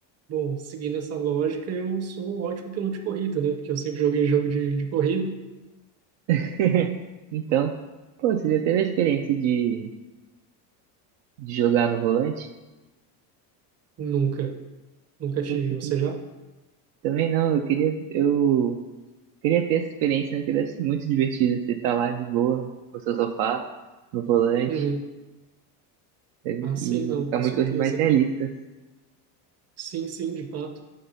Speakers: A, on the right (about 30°); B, on the right (about 65°).
A: bom, seguindo essa lógica, eu sou um ótimo piloto de corrida, né? Porque eu sempre joguei jogo de, de corrida.
B: <laughs> Então, pô, você já teve a experiência de, de jogar no volante?
A: Nunca. Nunca tive.
B: Putz, eu
A: Você já?
B: também não, eu queria. Eu, Queria ter essa experiência, né? Que deve ser muito divertido. Você tá lá de boa, no seu sofá, no volante,
A: Uhum.
B: deve-
A: Ah, sim,
B: e
A: não,
B: vai ficar
A: com
B: muito
A: certeza.
B: mais realista.
A: Sim, sim, de fato.